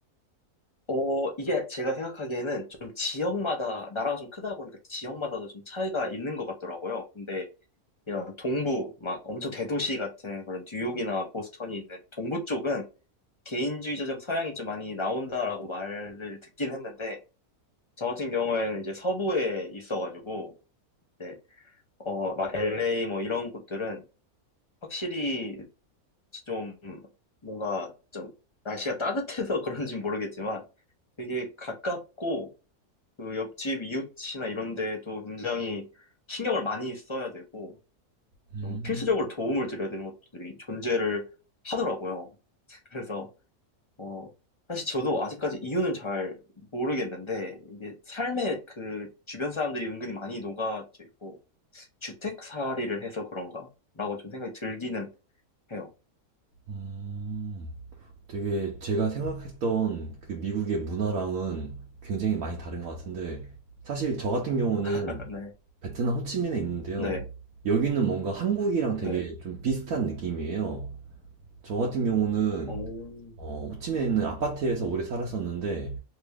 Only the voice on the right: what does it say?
음,
음. 되게 제가 생각했던 그 미국의 문화랑은 굉장히 많이 다른 것 같은데, 사실 저 같은 경우는
베트남 호치민에 있는데요.
여기는 뭔가 한국이랑 되게
좀 비슷한 느낌이에요. 저 같은 경우는
어, 호치민에 있는 아파트에서 오래 살았었는데,